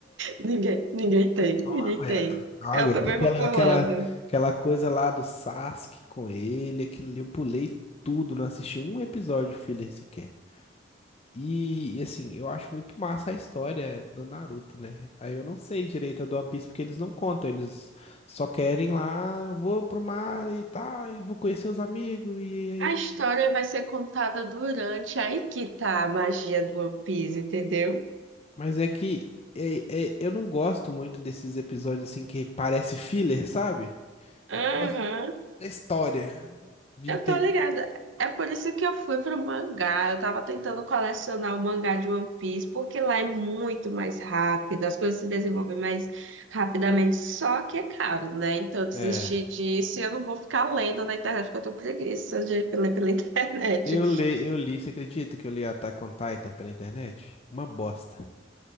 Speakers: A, on the right; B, on the left.
A: Ninguém, ninguém tem,
B: Não
A: ninguém
B: aguento,
A: tem.
B: não aguento.
A: Eu também
B: Aquela,
A: vou pra
B: aquela,
A: Holanda.
B: aquela coisa lá do Sasuke com ele, aquilo ali, eu pulei tudo, não assisti um episódio filler sequer. E, e, assim, eu acho muito massa a história do Naruto, né? Aí eu não sei direito a do One Piece porque eles não contam, eles só querem lá, vou pro mar e tal, e vou conhecer os amigos, e
A: A história
B: aí
A: vai ser contada durante. Aí que tá a magia do One Piece, entendeu?
B: Mas é que é, é- eu não gosto muito desses episódios assim que parece filler, sabe?
A: Aham,
B: Eu gosto da história, de
A: Eu
B: entender.
A: tô ligada. É por isso que eu fui pro mangá. Eu tava tentando colecionar o mangá de One Piece, porque lá é muito mais rápido, as coisas se desenvolvem mais rapidamente. Só que é caro, né? Então eu desisti
B: É,
A: disso e eu não vou ficar lendo na internet, porque eu tô preguiça de ler pela <laughs> internet.
B: eu li, eu li, você acredita que eu li Attack on Titan pela internet? Uma bosta.